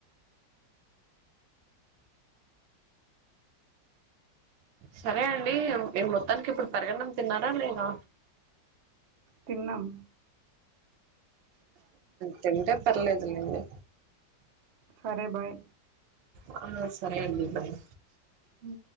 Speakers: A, on the right; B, on the right.
A: సరే అండి మీరు మొత్తానికి ఇప్పుడు పెరుగు అన్నం తిన్నారా లేదా
B: తిన్నం
A: తింటే పర్లేదులేండి
B: సరే బాయ్
A: ఆ సరే అండి బాయ్
B: హు